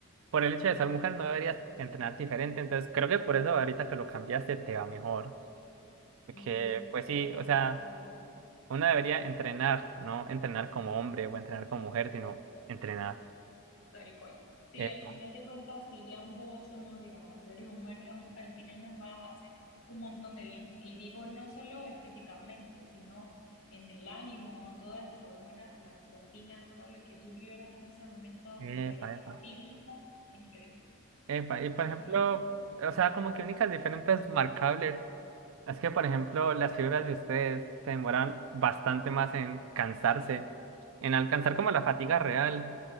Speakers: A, on the right; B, on the left.
A: por el hecho de ser mujer no deberías entrenar diferente, entonces creo que por eso ahorita que lo cambiaste te va mejor, porque
B: Sí, eso
A: pues sí,
B: ahorita
A: o sea,
B: está brutal.
A: uno debería entrenar, no entrenar como hombre o entrenar como mujer, sino entrenar.
B: Tal cual. Sí,
A: Epa,
B: al final de cuentas, si ambos somos, digamos, seres humanos, al final nos va a hacer un montón de bien. Y digo, no solo estéticamente, sino en el ánimo, todas las hormonas, la endorfina, todo lo que tú liberas en ese momento
A: epa,
B: que te dedicas
A: epa.
B: a ti mismo, es increíble.
A: Epa, y por
B: ¿Sí
A: ejemplo,
B: o no?
A: o sea, como que únicas diferentes marcables es que, por ejemplo, las figuras de ustedes se demoran bastante más en cansarse, en alcanzar como la fatiga real